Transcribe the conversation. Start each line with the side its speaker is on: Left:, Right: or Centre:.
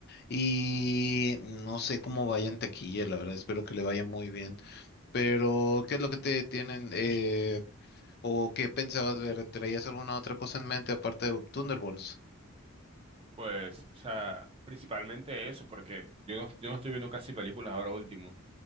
Left: y no sé cómo vaya en taquilla, la verdad, espero que le vaya muy bien. Pero, ¿qué es lo que te tienen eh, o qué pensabas ver? ¿Traías alguna otra cosa en mente aparte de Thunderbolts?
Right: Pues, o sea, principalmente eso, porque yo no, yo no estoy viendo casi películas ahora último.